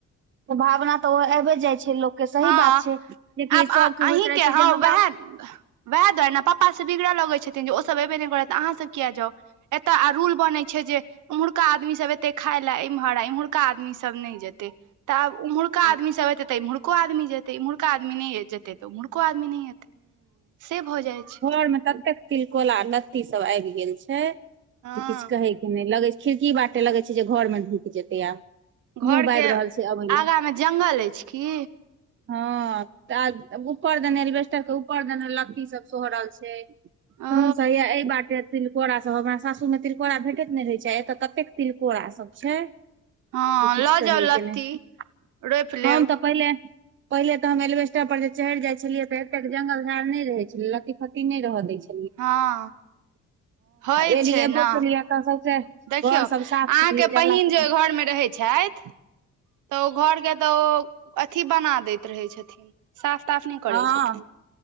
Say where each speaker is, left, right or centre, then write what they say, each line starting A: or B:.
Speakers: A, on the right; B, on the right.
A: भावना तऽ आबे जाइ छै लोक। <unintelligible> से सही
B: हँ
A: बात छै जेकि
B: आब
A: सबके
B: अहीँके
A: होइत रहे छै
B: हँ
A: जे
B: उएह
A: हमरा,
B: वएह दुआरे ने पप्पा से बिगड़ऽ लगै छथिन जे ओसभ एबे नहि करत अहाँ सब किया जाउ, एतय आ रूल बनै छै जे, उम्हुरका आदमी सब एते खाय लए एम्हर आ एम्हुरका आदमी सब नहि जेते। तऽ आब उम्हुरका
A: हूँ
B: आदमी सब एतय तऽ एम्हुरको आदमी जेे ते एमहर्का आदमी नहि जेतै तऽ उमहुरको आदमी नहि एतै से भऽ जाइ छैय।
A: एमें ततेक तिलकोला लत्ती सब आबि गेल छैय
B: हँ
A: जे किछु कहे के नहि लगे छैय खिड़की बाटे लगे छैय जे घर में धुकि जेतै आब।
B: घर
A: मुँह बाबि
B: के
A: रहल छै अबै लए
B: आगा मे जंगल अछि की।
A: हँ तऽ ऊपर देनेे एलबेस्टर के ऊपर देने लत्ती सब सोहरल छैय।
B: ओ
A: तन सहि अय बाटे तिल कोरा सब हमरा सासू मे तिलकोरा भेटैत ने रहै छैय एतऽ कतेक तिलकोरा सब छैय।
B: हँ
A: जे किछु
B: लऽ
A: कहयके
B: जाउ लत्ती
A: नहि
B: रोपि लेब
A: हम तऽ पहिले पहिले ते हम रेलवे स्टड पर जे चढ़ि जाय छलिये ते एते जंगल झाड़ नहि रहे छले लत्ती फत्ती नहि रह दे छैय।
B: हँ। होइ
A: एलियै
B: छैय
A: एबो
B: ने
A: केलियै तऽ सौंसे
B: देखियौ
A: घर
B: अहाँके
A: सब साफ केलियै
B: बहिन
A: जल्ला सब
B: जे घर मे रहै छथि तऽ ओ घर के तऽ ओ अथी बना दैत रहै छथिन। साफ ताफ नहि करै
A: हँ
B: छथिन